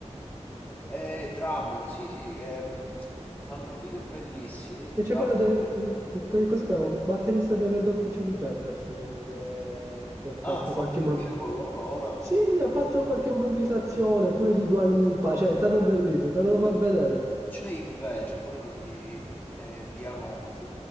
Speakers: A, on the left; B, on the right.
A: Eh, Drameo, sì, sì, che, mm, fanno video bellissimi.
B: Che c'è
A: Tra
B: quello
A: l'altro,
B: del...
A: col...
B: Cosa si chiama? Il batterista del Red Hot Chili Peppers, tipo, che, che ha fatto
A: ah, ha fatto
B: qualche improvvisazione.
A: il video con loro ora.
B: Sì, ha fatto qualche improvvisazione,
A: Ah.
B: pure di Dua Lipa, cioè è stato bellissimo, te lo fa vedere.
A: C'è invece quello di eh, Pianot,